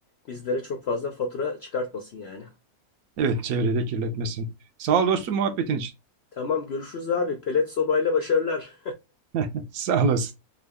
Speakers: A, on the left; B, on the right.
A: bizlere çok fazla fatura çıkartmasın yani.
B: Evet çevrede kirletmesin. Sağ ol dostum muhabbetin için.
A: Tamam görüşürüz abi. Pelet sobayla başarılar.
B: <laughs> Sağ olasın.